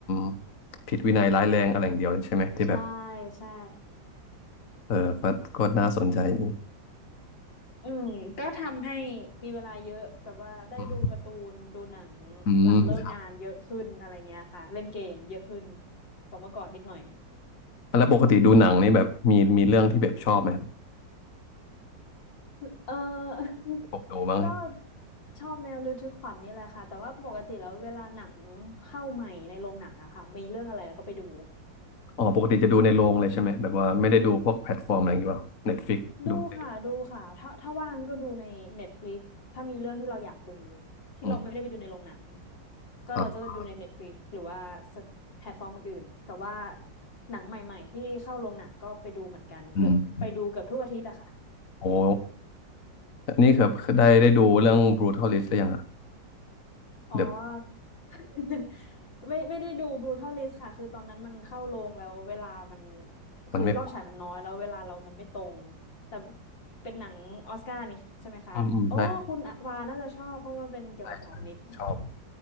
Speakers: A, on the left; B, on the left.
A: ำผิดวินัยร้ายแรงอะไรอย่างเดียวเลยใช่ไหมที่แบบ
B: ใช่ใช่
A: เออก็ก็น่าสนใจดี
B: อืมก็ทำให้มีเวลาเยอะแบบว่าได้ดูการ์ตูนดูหนัง
A: อืมอืม
B: หลังเลิกงานเยอะขึ้นอะไรเงี้ยค่ะเล่นเกมเยอะขึ้นกว่าเมื่อก่อนนิดหน่อย
A: แล้วปกติดูหนังนี่แบบมีมีเรื่องที่แบบชอบไหม
B: เออ
A: ผมดูมั้ง
B: <laughs> ก็ชอบแนวระทึกขวัญนี่แหละค่ะแต่ว่าปกติแล้วเวลาหนังเข้าใหม่ในโรงหนังอะค่ะมีเรื่องอะไรก็ไปดู
A: อ๋อปกติจะดูในโรงเลยใช่ไหมแบบว่าไม่ได้ดูพวกแพลตฟอร์มอะไรอย่างเงี้ยป่ะเน็ตฟ i ิกดูได้ดู
B: ดูค่ะดูค่ะถ้าถ้าว่างก็ดูใน Netflix ถ้ามีเรื่องที่เราอยากดูที่เราไม่ได้ไปดูในโรงหนัง
A: อืม
B: ก็เราจะดูใน
A: อ่ะ
B: Netflix หรือว่าแพลตฟอร์มอื่นๆแต่ว่าหนังใหม่ๆที่เข้าโรงหนังก็ไปดูเหมือนกันเกือบไปดูเกือบทุกอาทิตย์อะค่ะ
A: อืมโอ้นี่ครับได้ได้ดูเรื่อง Brutal List หรือยังอะ
B: อ๋อ
A: เดี๋ยว
B: <laughs> ไม่ไม่ได้ดู Brutal List ค่ะคือตอนนั้นมันเข้าโรงแล้วเวลามันคือรอบฉายมันน้อยแล้วเวลาเรามันไม่ตรง
A: มันไม่พอ
B: แต่เป็นหนังออสการ์นี่ใช่ไหมคะอ๋อคุณวาน่าจะชอบเพราะมันเป็นเกี่ยวกับสถาปนิก
A: อืมอืมใช่ใช่ใช่ ชอบ